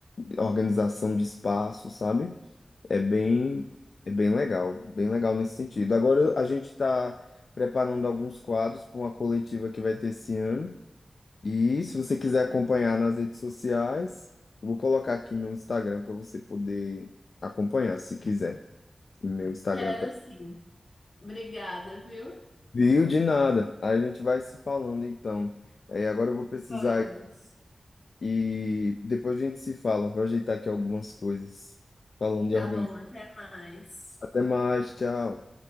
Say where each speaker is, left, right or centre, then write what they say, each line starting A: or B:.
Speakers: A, on the left; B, on the left.
A: organização de espaço, sabe? É bem, é bem legal, bem legal nesse sentido. Agora a gente está preparando alguns quadros para uma coletiva que vai ter esse ano. E se você quiser acompanhar nas redes sociais, eu vou colocar aqui meu Instagram para você poder acompanhar, se quiser. Meu Instagram
B: quero sim. Obrigada, viu?
A: Viu? De nada. Aí a gente vai se falando então. É, agora eu vou precisar
B: Vamos.
A: ir- e depois a gente se fala. Vou ajeitar aqui algumas coisas. Falando de
B: Tá
A: organização.
B: bom, até mais.
A: Até mais, tchau.